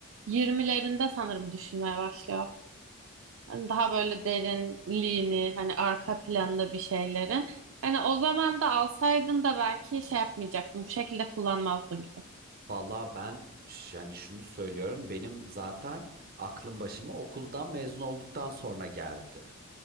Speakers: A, on the right; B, on the right.
A: 20'lerinde sanırım düşünmeye başlıyor. Hani daha böyle derinliğini, hani arka planlı bir şeyleri. Hani o zaman da alsaydın da belki şey yapmayacaktın. Bu şekilde kullanmazdın gibi.
B: vallahi ben ş- yani şunu söylüyorum benim zaten aklım başıma okuldan mezun olduktan sonra geldi.